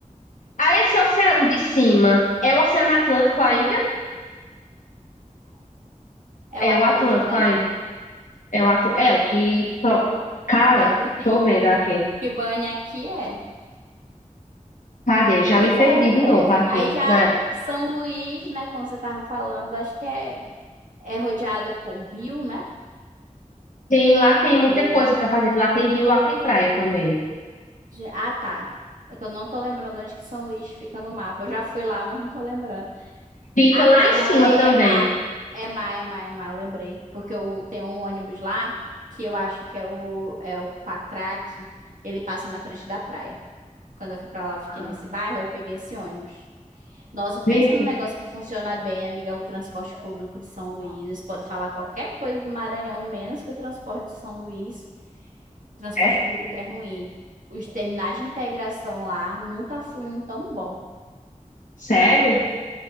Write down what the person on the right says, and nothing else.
É
o Atlântico,
né?
É, o que tem
de banha aqui é.
Pois
é, mulher.
Aí já
São Luís, né, como você tava falando, acho que é, é rodeada por rio, né?
Ou...
Ah, tá. É que eu não tô lembrando onde que São Luís fica no mapa. Eu já fui lá, mas não tô lembrando.
Ah,
tá,
não,
é,
é má. É má, é má, é má, eu lembrei. Porque eu, tem um ônibus lá que eu acho que é o, é o Quatraque. Ele passa na frente da praia. Quando eu fui pra lá, eu fiquei
nesse bairro, eu peguei esse ônibus. Nossa, pensa
num negócio que funciona bem, amiga, o transporte público de São Luís. Eles podem falar qualquer coisa do Maranhão, menos que o transporte de São Luís. O transporte
público é ruim. Os terminais de integração lá nunca foi um tão bom.